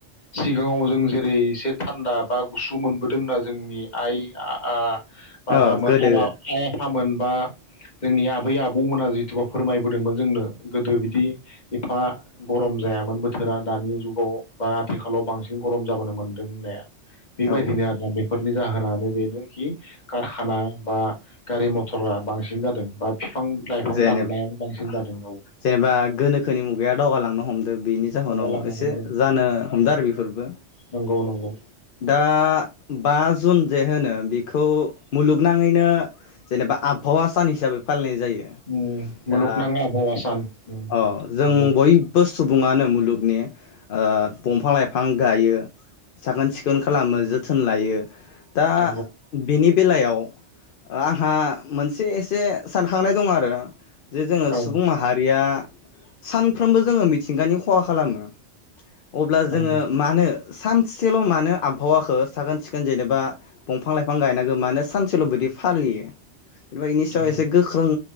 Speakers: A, on the left; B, on the left.
A: सिगाङाव जों जे ओरै एसे थान्दा बा गुसु मोनबोदोंना जोंनि आइ आ आ बाबामो
B: औ गोदो
A: आबा आइ आफा आफामोन बा जोंनि आबै आबौमोना जिथुुबा फोरमायबोदोंमोन जोंनो गोदो बिदि एफा गरम जायामोन बोथ- बोथोरा दानि जुगाव बा आथिखालाव बांसिन गरम जाबोनो मोनदों होननाया बेबायदिनो
B: औ
A: आरोना बेफोर नि जाहोनानो बेनोखि कारखाना बा गारि मथरा बांसिन जादों बा बिफां लाइफां
B: जेनेब-जेनेबा
A: दाननाया बांसिन जादों औ
B: गोनोखोनि मुगाया दावगालांनो हमदो बिनि जाहोनाव
A: दावगालांनो
B: एसे
A: हमदों
B: जानो हमदों आरो बेफोरबो
A: नंगौ नंगौ
B: दा बा जुन जे होनो बेखौ मुलुगनां मोजाङैनो जेनेबा आबहावा सान हिसाबै फालिनाय जायो
A: उम मुलुखनां
B: दा
A: आबहावा सान <unintelligible>
B: अ जों बयबो सुबुङानो मुलुगनि ओ बंफां लाइफां गायो साखोन सिखोन खालामो जोथोन लायो दा
A: नंगौ
B: बिनि बेलायाव आंहा मोनसे एसे सानखांनाय दं आरो जे जोङो
A: औ
B: सुबुं माहारिया सानफ्रोमबो जोङो मिथिंगानि खहा खालामो अब्ला
A: नंगौ
B: जोङो मानो सानसेल मानो आबहावाखो साखोन सिखोन जेनेबा बंफां लाइफां गायनांगो मानो सानसेल बिदि फालियो <unintelligible>
A: नंगौ
B: ख्रों